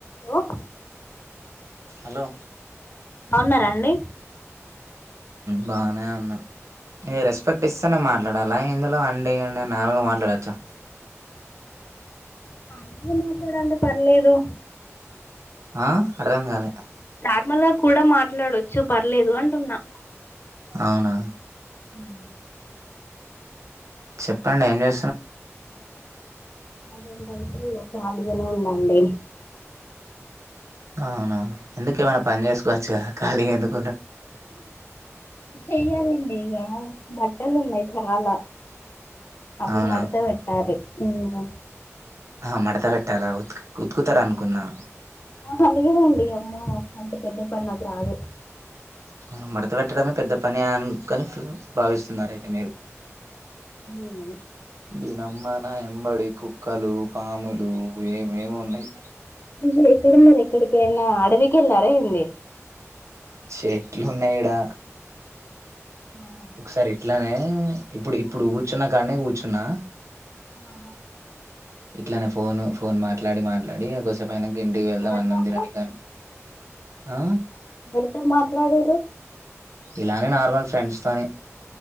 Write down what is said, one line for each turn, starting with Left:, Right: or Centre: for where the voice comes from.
Left: Hello
Right: hello
Left: బాగున్నారా అండి.
Right: బాగానే ఉన్నా ఇగ రెస్పెక్ట్ ఇస్తనే మాట్లాడాలా ఇందులో అండి అండి నార్మల్ గా మాట్లాడచ్చా
Left: నార్మల్గా మాట్లాడండి పర్లేదు
Right: ఆ అర్ధం కాలే
Left: నార్మల్ గా కూడా మాట్లాడచ్చు. పర్లేదు అంటున్నా
Right: అవునా
Left: హ్
Right: చెప్పండి ఏం జే.
Left: అర్జెంటైతే ఇగో కాలిగానే ఉన్న ఆండీ.
Right: ఆ అవునా ఎందుకు ఏమైనా పని చేసుకోవచ్చు. గాదా కాళిగా ఎందు
Left: చెయ్యాలండి ఇక బట్ ఎలు ఉన్నాయి చాల అవి
Right: అవునా
Left: మడుత వెట్టాలి <unintelligible>
Right: ఆ మడత పెట్టాలా ఉ ఉతుకుతారనుకున్నా
Left: ఆ లేదండి అమ్మో అంత పెద్ద పని నాకు రాదు
Right: అవును మడత పెట్టడడమే పెద్ద పని అనికని భావిస్తున్నారు అయితే మీరు
Left: హ
Right: దీ నమ్మాన ఎంబడి కుక్కలు పాములు ఏమేమి ఉన్నాయి
Left: ఇజ ఎక్కడున్నారు ఎక్కడికనా అడవికి వెళ్ళారా ఏంది
Right: చెట్లు ఉన్నాయిడా
Left: అవునా,
Right: ఒకసారి ఇట్లానే ఇప్పుడు ఇప్పుడు కూర్చున్నా కానే కూర్చున్నా
Left: ఆ
Right: ఇట్లానే ఫోను ఫోన్ మాట్లాడి మాట్లాడి కోసేపు ఆన ఇంటికి వెళ్దాం
Left: ఎవరితోటి
Right: అన్న తిని కానీ ఆ
Left: ఎవరితో మాట్లాడరు
Right: ఇలానే నార్మల్ ఫ్రెండ్స్ తోని